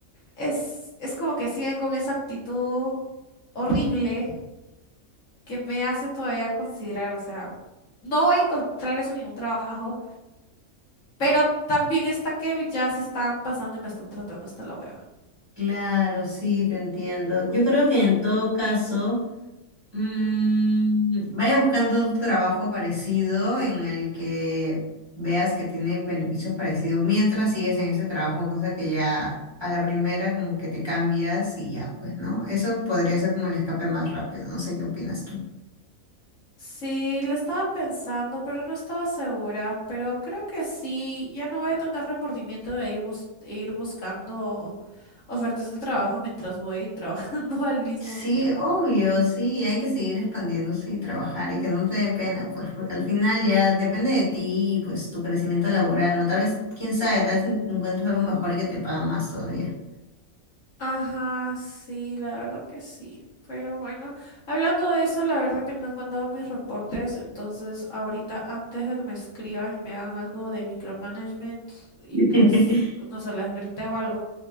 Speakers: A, on the left; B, on the right.
A: es, es como que siguen con esa actitud horrible que me hace todavía considerar, o sea, no voy a encontrar eso en ningún trabajo, pero también está que ya se están pasando y me están tratando hasta la hueva.
B: Claro, sí, te entiendo. Yo creo que en todo caso, mm, vaya buscando otro trabajo parecido en el que veas que tiene beneficios parecidos mientras sigues en ese trabajo, cosa que ya a la primera como que te cambias y ya, pues, ¿no? Eso
A: Ujú.
B: podría ser como el escape más rápido. No sé qué opinas tú.
A: Sí, lo estaba pensando, pero no estaba segura. Pero creo que sí, ya no voy a tener remordimiento de ir, bus- de ir buscando ofertas de trabajo mientras voy trabajando <laughs> al mismo
B: Sí,
A: tiempo.
B: obvio, sí, hay que seguir expandiéndose y trabajar y que no te dé pena, pues, porque al final ya depende de ti y pues tu crecimiento laboral, ¿no? Tal vez, quién sabe, tal vez en- encuentres algo mejor y que te paga más todavía.
A: Ajá, sí, la verdad que sí. Pero bueno, hablando de eso, la verdad que no he mandado mis reportes, entonces ahorita antes de que me escriban y me hagan algo de micromanagement y
B: <laughs>
A: les, no sé, les grité o algo.